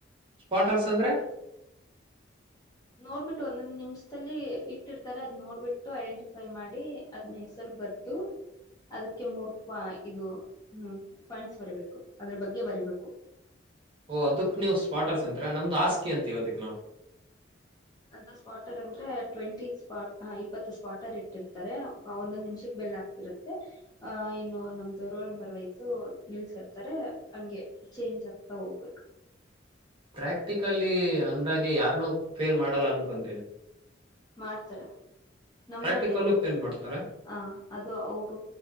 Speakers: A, on the right (about 25°); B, on the left (about 20°).
A: ಸ್ಪಾಟರ್ಸ್ ಅಂದ್ರೆ.
B: ನೋಡ್ಬಿಟ್ಟು ಒಂದೊಂದ್ ನಿಮಿಷದಲ್ಲಿ ಇಟ್ಟಿರ್ತಾರೆ ಅದ್ ನೋಡ್ಬಿಟ್ಟು ಐಡೆಂಟಿಫೈ ಮಾಡಿ ಅದ್ನ ಹೆಸರು ಬರದು ದು. ಅದಕ್ಕೆ ಮೂರ್ ಪಾಯ್ ಇದು ಹ್ಮ ಪೈಂಟ್ಸ್ ಬರಿಬೇಕು ಅದ್ರ ಬಗ್ಗೆ ಬರಿಬೇಕು.
A: ಓಹ ಅದಕ್ ನೀವು ಸ್ಪಾಟರ್ಸ್ ಅಂತ್ರ ನಮ್ದ್ ಆಸ್ಕಿ ಅಂತಿವ್ ಅದಕ್ ನಾವ.
B: ಅದ್ನ ಸ್ಕ್ವಾಟರ್ ಅಂದ್ರೆ ಟ್ವೆಂಟಿ ಸ್ ಇಪ್ಪತ್ತು ಸ್ಕ್ವಾಟರ್ ಇಟ್ಟಿರ್ತಾರೆ ಹಾ ಒಂದೊಂದ್ ನಿಮಿಷಕ್ಕೆ ಬೆಲ್ ಆಕ್ತಾರ. ಇರುತ್ತೆ ಆ ಇನ್ನು ನಮ್ದು ರೋಲ್ ನಂಬರ್ ವೈಸು ನಿಲ್ಸಿರ್ತಾರೆ ಹಂಗೆ. ಚೇಂಜ್ ಆಗ್ತಾ ಹೋಗ್ಬೇಕು.
A: ಪ್ರಾಕ್ಟಿಕಲ್ಲಿ ಅಂದಾಗೆ ಯಾರನ್ನು ಫೇಲ್ ಮಾಡಲ್ಲ ಅನ್ಕೊತೀನಿ.
B: ಮಾಡ್ತಾರೆ ನಮ್ದ್
A: ಪ್ರಾಕ್ಟಿಕಲ್ಲು
B: ರಲ್ಲ ಐತೇ
A: ಫೇಲ್ ಮಾಡ್ತಾರ
B: ಹಾ ಅದು ಅವರು